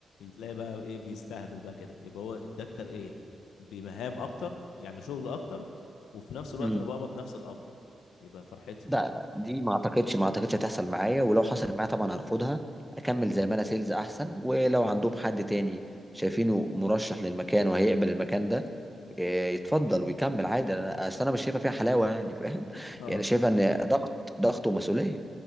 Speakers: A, on the left; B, in the centre.
A: تلاقي بقى ايه بيستهبل بقى كده يبقى هو اداك ترقية بمهام اكتر يعني شغل اكتر وفي نفس الوقت
B: مم.
A: انا بقبض نفس القبض يبقى فرحتي
B: لا لا دي ما اعتقدش ما اعتقدش هتحصل معايا ولو حصلت معايا طبعا هرفضها اكمل زي ما انا سيلز احسن ولو عندهم حد تاني شايفينه مرشح للمكان وهيقبل المكان ده إيه، يتفضل ويكمل عادي انا اصل انا مش شايفه فيها حلاوه يعني فاهم <laughs>
A: اه
B: يعني شايفه ان ضغط ضغط ومسؤوليه